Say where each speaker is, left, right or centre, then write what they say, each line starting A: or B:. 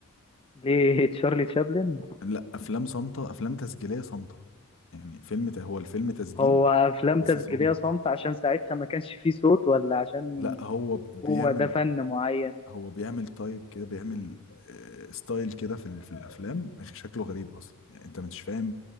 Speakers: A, on the left (about 25°); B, on the left (about 60°).
A: ليه <laughs> تشارلي تشابلن
B: لا أفلام صامتة أفلام تسجيلية صامتة يعني فيلم ت- هو الفيلم تسجيلي
A: هو افلام
B: بس
A: تسجيلية
B: صامت
A: صامتة عشان ساعتها ما كانش فيه صوت ولا عشان
B: لا هو بيعمل
A: هو ده فن معين
B: هو بيعمل تايب كده بيعمل آه، ستايل كده في ال- في الافلام شكله غريب اصلا يعني انت مش فاهم